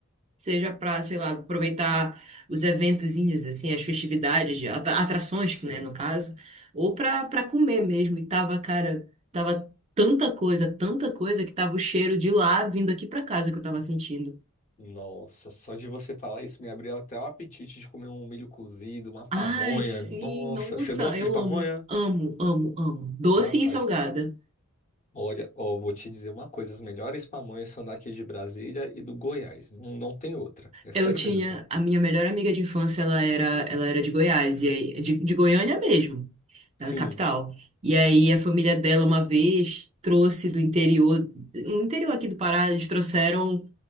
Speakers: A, on the right; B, on the left.
A: Seja pra, sei lá, aproveitar os eventozinhos, assim, as festividades, de atra- atrações,
B: sim.
A: né, no caso, ou pra, pra comer mesmo. E tava, cara, tava tanta coisa, tanta coisa que tava o cheiro de lá vindo aqui pra casa que eu tava sentindo.
B: Nossa, só de você falar isso me abriu até o apetite de comer um milho cozido, uma pamonha.
A: Ai, sim,
B: Nossa,
A: nossa,
B: você gosta
A: eu
B: de pamonha?
A: amo, amo, amo, amo. Doce
B: Rapaz,
A: e salgada.
B: olha, ó, vou te dizer uma coisa: as melhores pamonhas são daqui de Brasília e do Goiás. Não, não tem outra. É sério
A: Eu tinha
B: mesmo.
A: a minha melhor amiga de infância, ela era, ela era de Goiás, e aí, de, de Goiânia mesmo, da
B: Sim,
A: capital. E aí a família dela uma vez trouxe do interior, no interior aqui do Pará, eles trouxeram